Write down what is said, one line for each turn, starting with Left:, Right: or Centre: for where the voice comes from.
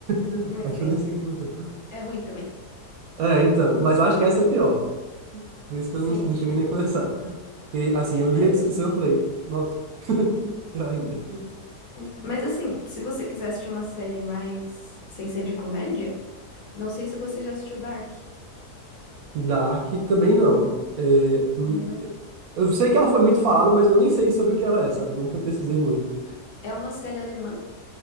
Right: <laughs>
Left: Comecei.
Right: Essa eu nem cheguei a começar.
Left: É ruim também.
Right: É, então. Mas eu acho que essa é pior. Por isso que
Left: Sim.
Right: eu não, não cheguei nem a começar. Porque, assim, eu li
Left: Mas,
Right: a descrição e falei, nossa, <laughs> pior ainda.
Left: é. Mas assim, se você quiser assistir uma série mais sem ser de comédia, não sei se você já assistiu Dark.
Right: Dark também não. É, hum,
Left: Também não.
Right: eu sei que ela foi muito falada, mas eu nem sei sobre o que ela é, sabe? Eu nunca pesquisei muito.
Left: É uma série alemã